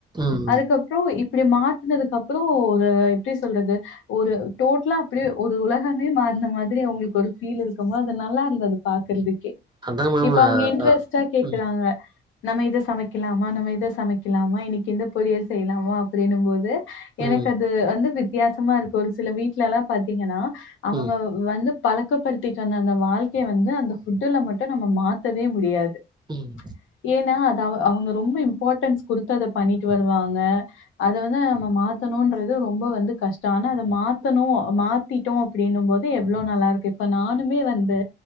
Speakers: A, on the right; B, on the left.
A: ம்
B: அதுக்கப்றோ இப்டி மாத்தினதுக்கு அப்றோ ஒரு எப்டி சொல்றது ஒரு டோட்டலா அப்டியே ஒரு உலகமே மாறன மாதிரி அவுங்குளுக்கு ஒரு ஃபீல் இருக்குபோது அது நல்லாருந்தது பாக்குறதுக்கே
A: அதா மேம்
B: இப்ப
A: அ
B: அவுங்க இன்ட்ரெஸ்ட்டா கேக்குறாங்க
A: ம்
B: நம்ம இத சமைக்கலாமா நம்ம இத சமைக்கலாமா இன்னிக்கு இந்த பொரியல் செய்லாமா அப்டின்னும்போது எனக்கது
A: ம்
B: வந்து வித்தியாசமாருக்கு ஒரு சில வீட்லல்லா பாத்தீங்கன்னா அவங்க
A: ம் ம்
B: வந்து பழக்கப்படுத்திட்டு வந்த அந்த வாழ்க்கைய வந்து அந்த ஃபுட்டுல மட்டு நம்ம மாத்தவே முடியாது
A: ம்
B: து ஏன்னா அத அவ அவங்க ரொம்ப இம்பார்ட்டன்ஸ் குடுத்து அத பண்ணிட்டு வருவாங்க அத வந்து நம்ம மாத்தணுன்றது ரொம்ப வந்து கஷ்டோ ஆனா அத மாத்தணு மாத் திடோ அப்டின்னுபோது எவ்ளோ நல்லாருக்கு இப்ப நானுமே வந்து